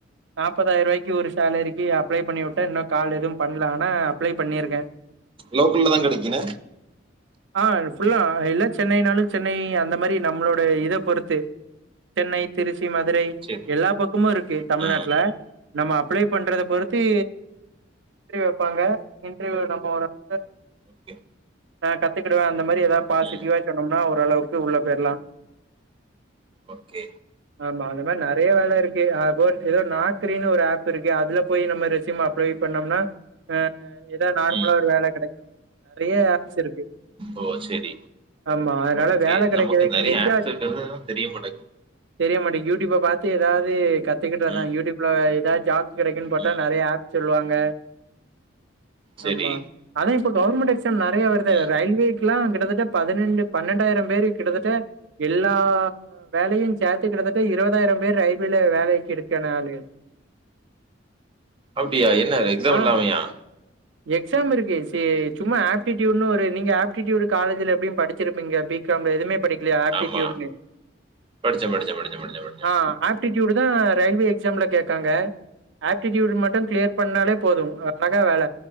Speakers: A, on the right (about 70°); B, on the right (about 30°).
A: நாப்பதாயிருவாய்க்கு ஒரு சேலரிக்கு அப்ளே பண்ணிவுட்டு இன்னோ கால் எதோ பண்லா அனா அப்ளை பண்ணிருக்கே <inaudible>
B: லோக்கல்லதா கெடைக்குன்ன
A: ஆ ஃபுல்லா எல்லா சென்னைனாலு சென்னை அந்த மாரி நம்ளோட இத பொருத்து சென்னை திருச்சி மதுரை
B: சரி
A: எல்லா பக்கமு இருக்கு தமிழ்நாட்ல
B: ஆ
A: நம்ம அப்ளே பண்றத பொருத்தி இன்ட்ரீவ் வெப்பாங்க இன்ட்ரீவ் நம்ம ஒரு <inaudible>
B: ஓகே.
A: ஆ கத்துக்குடுவே அந்த மாரி எதா பாசிடிவ்வா
B: ம்.
A: சொன்னோம்னா ஒரளவுக்கு உள்ள போயிர்லா
B: ஒக்கே
A: ஆமா அந்த மர் நறைய வேல இருக் அ போன்ஸ் எதோ நாக்ரினு ஒரு ஆப் இருக்கு அதுல போய் நம்ம ரெசிம்ம அப்ளை பண்ணம்னா அ எதா நார்மலா
B: ம்.
A: ஒரு வேல கெடைக்கு நறைய ஆப்ஸ் இருக்கு
B: ஓ சேரி
A: ஆமா அதனால
B: ஓக்கே
A: வேல கெடைக்கிறதுக்கு
B: நமக்கு நறைய
A: நெஞ்சா
B: ஆப்ஸ் இருக்கற்தேதா தெரியமாட்டங்
A: தெரிய மாட்டேங் யூட்யூப்ப பாத்து எதாவ்த் து கத்துக்கிட்டதா
B: ம்,
A: யூட்யூப்ல எதாத் ஜாப்ஸ் கெடக்குன் பாத்தா
B: ம்.
A: நறைய ஆப் சொல்வாங்க
B: சரி.
A: ஆம்மா அதா இப்ப கவுர்மண்ட் எக்ஸாம் நறைய வருது
B: ம்.
A: ரயில்வேக்குலா கிட்டத்தட்ட பதுனென்டு பன்னண்டாயிர பேர் கிட்டத்தட்ட எல்லா வேலையு சேத்து கிட்டத்தட்ட இருவாதாயிரம் பேர் ரைட் பீல்லே வேலைக் எடுக்க நலு
B: அப்டியா என்ன அது எக்ஸாம்
A: ஆ
B: இல்லாமையா
A: <inaudible> எக்ஸாம் இருக்கு சே சும்மா ஆப்டிட்யூட்னு ஒரு நீங்க ஆப்ட்டிட்யூடடு காலேஜ்ல எப்டியு படிச்சிருப்பீங்க பீக் காம்ல எதுமே படிக்லியா ஆப்டிட்யூட்னு
B: ஆமா. படிச்சேன், படிச்சேன், படிச்சேன், படிச்சேன், படிச்சேன்.
A: ஆ ஆப்ட் டிட்யூடுதா ரயில்வே எக்ஸாம்ல கேக்காங்க ஆப்டிட்யூடு மட்டு க்ளியர் பண்ணாலே போது அழகா வேல